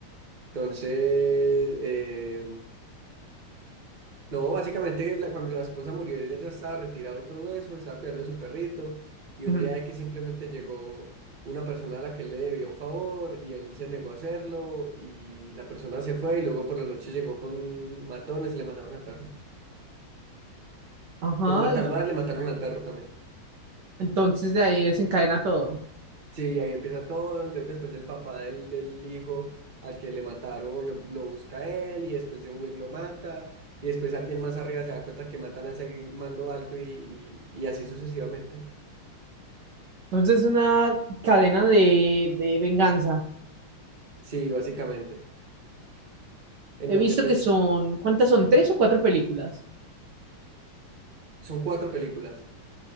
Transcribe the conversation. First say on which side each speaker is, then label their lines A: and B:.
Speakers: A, on the right (about 25°); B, on the right (about 60°).
A: Entonces, eh, No, básicamente la- cuando la esposa murió, él ya estaba retirado y todo eso, estaba cuidando de su perrito, y
B: ujú,
A: un día que simplemente llegó una persona a la que él le debía un favor, y él se negó a hacerlo, y la persona se fue, y luego por la noche llegó con matones y le mataron al perro.
B: Ajá.
A: Por matarlo a él, le mataron al perro también.
B: Entonces de ahí desencadena todo.
A: Sí, ahí empieza todo, entonces después el papá del, del hijo al que le mataron lo, lo busca a él, y después John Wick lo mata, y después alguien más arriba se da cuenta que matan a ese mando alto y, y y así sucesivamente.
B: Entonces es una cadena de, de venganza.
A: Sí, básicamente. En
B: He
A: donde
B: visto
A: pues,
B: que son, ¿cuántas son?
A: ¿cómo?
B: ¿Tres o cuatro películas?
A: Son cuatro películas.